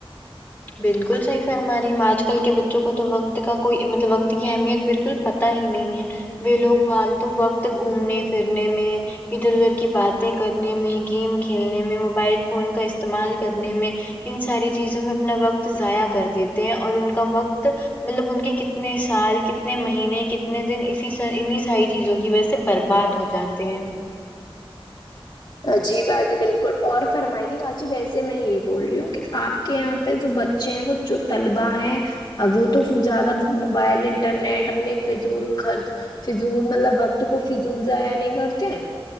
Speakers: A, on the left; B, on the left.
A: بالکل صحیح فرما رہی ہم آج کل کے بچوں کو تو وقت کا کوئی مطلب وقت کی اہمیت بالکل پتہ ہی نہیں ہے وہ لوگ فالتو وقت گھومنے پھرنے میں ادھر ادھر کی باتیں کرنے میں گیم کھیلنے میں موبائل فون کا استعمال کرنے میں ان ساری چیزوں میں اپنا وقت ضائع کر دیتے ہیں اور ان کا وقت مطلب ان کے کتنے سال کتنے مہینے کتنے دن سر انھیں ساری چیزوں کی وجہ سے برباد ہو جاتے ہیں
B: جی باجی بالکل اور فرمائیے باجی ویسے میں یہ بول رہی ہوں کہ آپ کے یہاں پہ جو بچے بچے ہیں جو طلبہ ہیں اب وہ تو زیادہ موبائل انٹرنیٹ اپنے فضول خرچ فضول مطلب وقت کو فضول ضائع نہیں کرتے